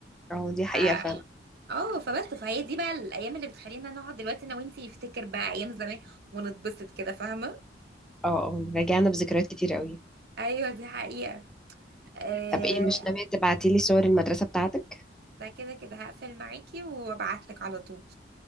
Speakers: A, in the centre; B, on the right.
A: اه دي
B: ف-
A: حقيقه
B: بالظبط
A: فعلا
B: اه فبس فهي دي بقى الايام اللي بتخلينا نقعد دلوقتي انا وانتي نفتكر بقى ايام زمان ونتبسط كده فاهمه
A: اه اه رجعنا بذكريات كتير قوي
B: ايوه دي حقيقه آه،
A: طب ايه مش ناويه تبعتي لي صور المدرسه بتاعتك
B: ده كده كده هقفل معاكي وابعتلك على طول